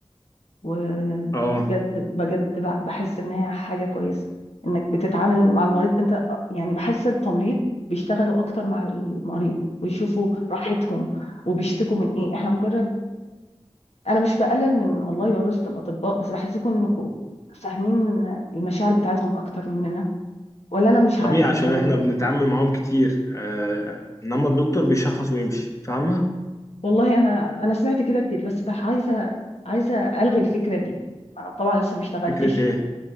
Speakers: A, on the left; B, on the left.
A: وبجد
B: اه
A: بجد ب- بحس ان هي حاجه كويسه انك بتتعامل مع المريض انت يعني بحس التمريض بيشتغلوا اكتر مع المريض ويشوفوا راحتهم وبيشتكوا من ايه احنا مجرد انا مش بقلل من والله وظيفه الاطباء بس بحسكم انكم فاهمين المشاعر بتاعتهم اكتر مننا ولا انا مش
B: طبيعي
A: عارفه
B: عشان
A: يعني
B: احنا بنتعامل معاهم كتير آه انما الدكتور بيشخص ويمشي فاهمة
A: والله انا انا سمعت كده كتير بس بح- عايزه عايزه الغي الفكره دي انا طبعا لسه ما اشتغلتش
B: فكرة ايه